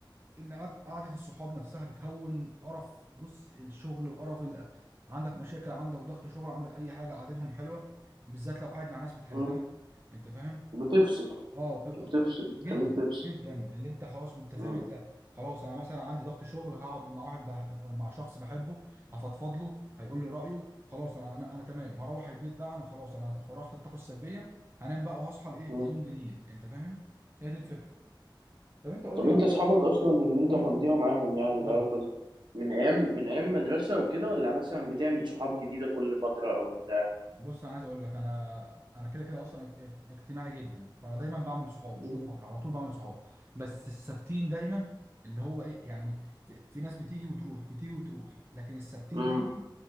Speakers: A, on the right (about 30°); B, on the right (about 65°).
A: ان قعد- قعده الصحاب نفسها بتهون قرف بص الشغل وقرف ال... عندك مشاكل عندك ضغط شغل عندك اي حاجه قعدتهم حلوه بالذات لو قاعد مع ناس بتحبها
B: مم.
A: انت فاهم
B: بتفصل
A: اه ب...
B: بتفصل بتخليك
A: جدا
B: تفصل
A: جدا اللي انت خلاص انت فاهم
B: مم.
A: انت خلاص انا مثلا عندي ضغط شغل هقعد مع واحد بح... مع شخص بحبه هفضفض له هيقول لي رايه خلاص انا انا انا تمام هروح البيت بقى انا خلاص انا فرغت الطاقه السلبيه هنام بقى وهصحى لايه
B: مم.
A: ليوم جديد انت فاهم هي دي الفكره طب انت قول
B: طب
A: لي بقى
B: أنت أصحابك أصلا اللي أنت
A: امم
B: مقضيها معاهم يعني
A: ايوه
B: بقى كذا من أيام من أيام مدرسة وكده ولا مثلا بتعمل صحاب جديدة كل فترة أو بتاع؟
A: بص انا عايز اقول لك انا انا كده كده اصلا اج- اجتماعي جدا فانا اه دايما بعمل صحاب
B: مم.
A: مش كل فتره على طول بعمل صحاب بس الثابتين دايما اللي هو ايه يعني في, في ناس بتيجي وتروح بتيجي وتروح لكن آه. الثابتين
B: مم.
A: دايما